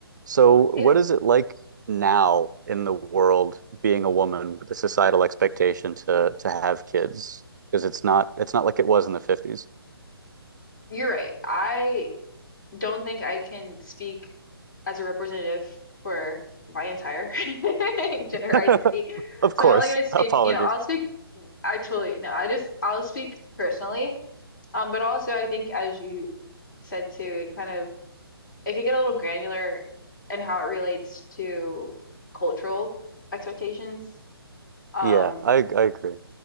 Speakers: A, on the right (about 45°); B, on the left (about 55°).
A: So,
B: Hey,
A: what is it like now in the world being a woman with the societal expectation to to have kids? Because it's not it's not like it was in the 50s.
B: you're right. I don't think I can speak as a representative for my entire <laughs> gender
A: <laughs>
B: identity.
A: Of
B: So
A: course.
B: I'm only going to speak,
A: Apologies.
B: you know, I'll speak actually, no, I just, I'll speak personally. Um, but also I think as you said too, it kind of, it could get a little granular in how it relates to cultural expectations, um,
A: Yeah, I I agree.